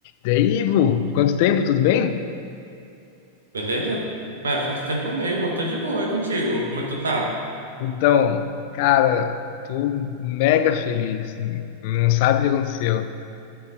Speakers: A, on the left; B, on the right.
A: E aí, Ivo, quanto tempo, tudo bem?
B: Beleza? Ué, faz tempo mesmo, eu tô de boa, é contigo. Como é que tu tá?
A: Então, cara, tô mega feliz. Não sabe o que aconteceu.